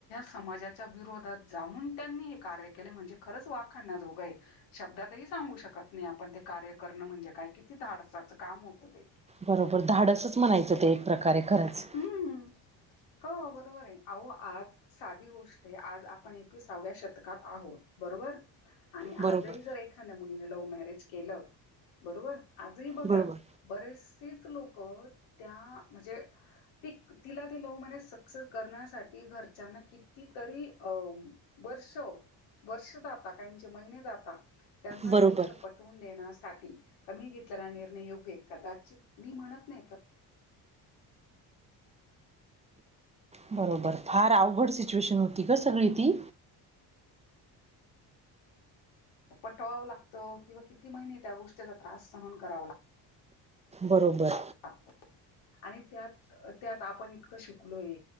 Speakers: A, on the left (about 80°); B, on the right (about 15°).
A: समाजाच्या विरोधात जाऊन त्यांनी हे कार्य के ण ख वाो शब्ात सांगू शकत नाही आपण कार्य करण म्हणजे का धाडसाचं काम होतं ते
B: बरोबर धाडसच म्हणायचं ते एक प्रकारे खरंच
A: हम्म हो बरोबर आहे आहो आज साधी गोष्ट आहे आज आपण एकविसावड्या शतकात आहोत बरोबर आणि
B: बरोबर
A: आजही जर एखाद्या मुलीने लव मॅरेज केलं बरोबर आजही बघा
B: बरोबर
A: बरेचसेच लोक त्या म्हणजे त तिला त लह म्या सक्सेस करण्यासाठी घरच्यांना किती तरी वर् वर्ष जात काही महिने जाता त्यांना
B: बरोबर
A: ती गोष्ट पटवून देण्यासाठी कमी घेतलेला निर्णय योग्य कदाचित मी म्हणत नाही
B: बरोबर फार अवघड सिच्युएशन होती ग सगळी ती
A: पटवावं लागतं किंवा किती महिने त्या गोष्टीचा त्रास सहन करावा लागत
B: बरोबर
A: ह आणि त्यात त्यात आपण इतकं शिकलोय